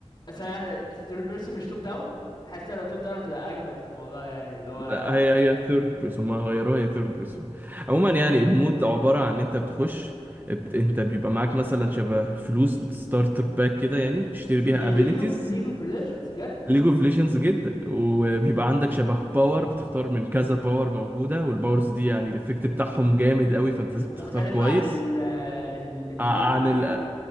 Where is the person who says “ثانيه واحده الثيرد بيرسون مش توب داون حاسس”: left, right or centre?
Left